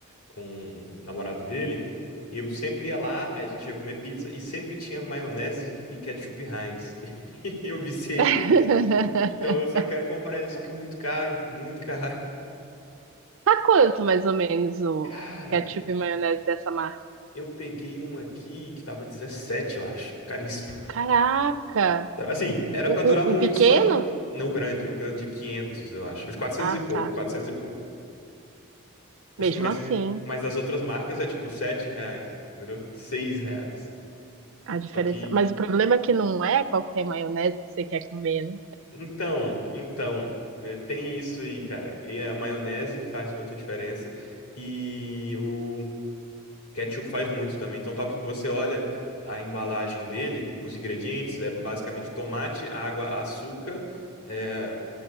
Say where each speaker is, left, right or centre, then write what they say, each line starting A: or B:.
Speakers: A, on the left; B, on the right.
A: com o namorado dele, eu sempre ia lá, aí a gente ia comer pizza e sempre tinha maionese e ketchup Heinz. <laughs> E eu viciei
B: <laughs>
A: neles. Então eu só quero comprar eles, só que é muito caro, muito caro.
B: Tá quanto mais ou menos o
A: Cara,
B: ketchup e maionese dessa marca?
A: eu peguei uma aqui que tava 17, eu acho. Caríssimo.
B: Caraca!
A: Assim, era
B: O,
A: pra durar muito,
B: o, o pequeno?
A: só que não o grande, o grande de 500, eu acho. Os quatrocentos
B: Ah,
A: e pouco,
B: tá.
A: 400 e pouco. Assim,
B: Mesmo
A: mas,
B: assim,
A: mas das outras marcas é tipo 7 reais, entendeu? seis reais.
B: a diferença.
A: Só que,
B: Mas o problema é que não é qualquer maionese que você quer comer, né?
A: então, então, eh, tem isso aí, cara. E a maionese faz muita diferença. E o ketchup faz muito também. Então, tal que você olha a embalagem dele, os ingredientes é basicamente tomate, água, açúcar, eh,